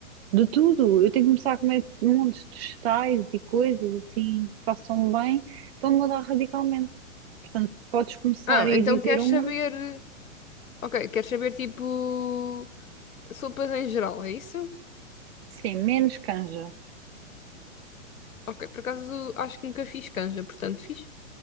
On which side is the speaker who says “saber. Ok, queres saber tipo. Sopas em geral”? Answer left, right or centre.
Left